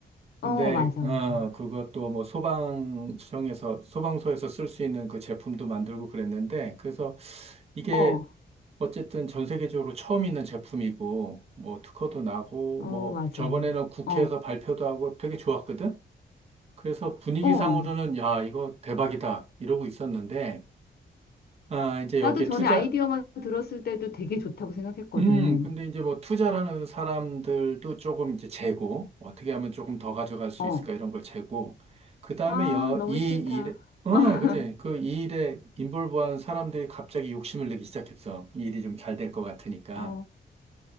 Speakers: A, on the right (about 35°); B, on the left (about 60°).
A: 근데,
B: 어, 맞아,
A: 어,
B: 맞아.
A: 그것도 뭐 소방청에서, 소방서에서 쓸 수 있는 그 제품도 만들고 그랬는데, 그래서 이게
B: 어,
A: 어쨌든 전 세계적으로 처음 있는 제품이고, 뭐 특허도 나고,
B: 어,
A: 뭐
B: 맞아.
A: 저번에는 국회에서
B: 어,
A: 발표도 하고 되게 좋았거든? 그래서 분위기상으로는
B: 어.
A: 야, 이거 대박이다. 이러고 있었는데, 아, 이제 여기에
B: 나도 전에
A: 투자,
B: 아이디어만 들었을 때도 되게 좋다고 생각했거든.
A: 음, 근데 이제 뭐 투자라는 사람들도 조금 이제 재고, 어떻게 하면 조금 더 가져갈 수
B: 어.
A: 있을까 이런 걸 재고, 그 다음에
B: 아,
A: 여,
B: 너무
A: 이
B: 싫다.
A: 일에, 어,
B: <laughs>
A: 그지? 그 이 일에 인볼브한 사람들이 갑자기 욕심을 내기 시작했어. 이 일이 좀 잘 될 것 같으니까.
B: 어,